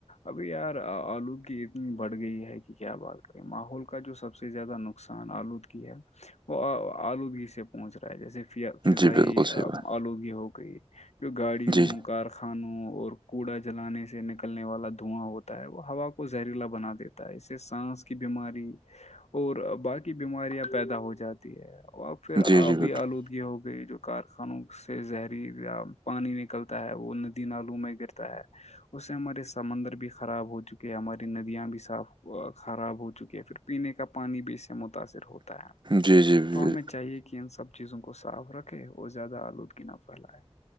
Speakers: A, on the left; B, on the right.
A: ابھی یار آلودگی اتنی بڑھ گئی ہے کہ کیا بات کریں ماحول کا جو سب سے زیادہ ن نقصان آلودگی ہے وہ آلودگی سے پہنچ رہا ہے جیسے فضائی
B: جی بالکل صحیح بات
A: آلودگی ہو گئی جو گاڑیوں
B: جی
A: کار کھانوں اور کوڑا جلانے سے نکلنے والا دھواں ہوتا ہے وہ ہوا کو زہریلا بنا دیتا ایسے سانس کی بیماری اور باقی بیماریاں پیدا ہو جاتی ہے پھر
B: جی
A: آبی
B: جی بالکل
A: آلودگی ہو گئی جو کارخانوں سے زہری یا پانی نکلتا ہے وہ ندی نالو میں گرتا ہے اس سے ہمارے سمندر بھی خراب ہو چکے ہیں ہماری ندیاں بھی صاف خراب ہو چکی ہے پھر پینے کا پانی بھی اس سے متاثر ہوتا ہے
B: جی جی بال-
A: تو ہمیں چاہیے کہ ان سب چیزوں کو صاف رکھے اور زیادہ آلودگی نہ پھیلائے